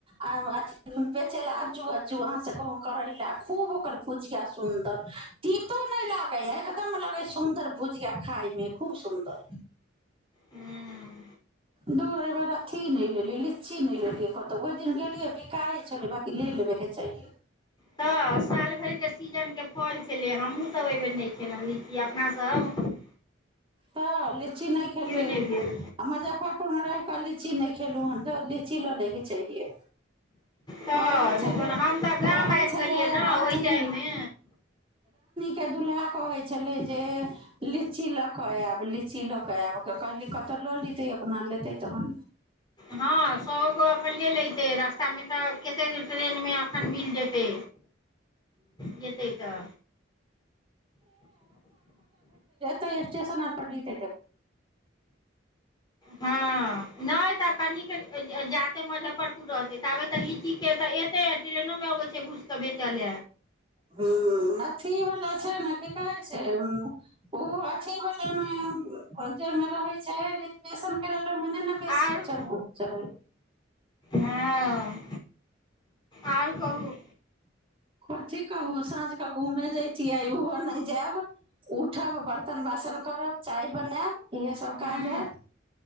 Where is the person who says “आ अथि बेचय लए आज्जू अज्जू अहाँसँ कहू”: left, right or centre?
Right